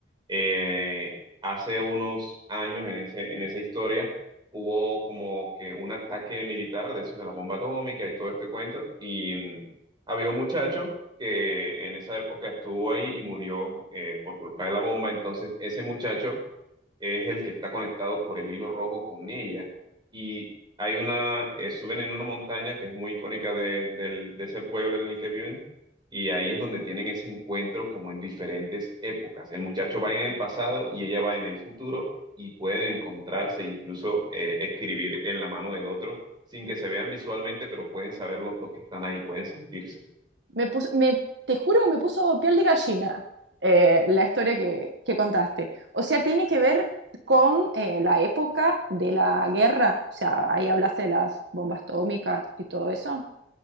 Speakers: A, on the right; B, on the right.
A: eh, hace unos años en ese, en esa historia hubo como que un ataque militar de esos de la bomba atómica y todo este cuento y mm, había un muchacho que en esa época estuvo ahí y murió eh, por culpa de la bomba, entonces ese muchacho es el que está conectado por el hilo rojo con ella. Y hay una, eh, suben en una montaña que es muy icónica de, del- de ese pueblo en el que viven, y ahí es donde tienen ese encuentro como en diferentes épocas. El muchacho va en el pasado y ella va en el futuro, y pueden encontrarse, incluso eh, escribir en la mano del otro, sin que se vean visualmente, pero pueden saber los dos que están ahí, pueden sentirse.
B: me puso, me, te juro, me puso piel de gallina eh, la historia que, que contaste. O sea, tiene que ver con eh, la época de la guerra. O sea, ahí hablaste de las bombas atómicas y todo eso.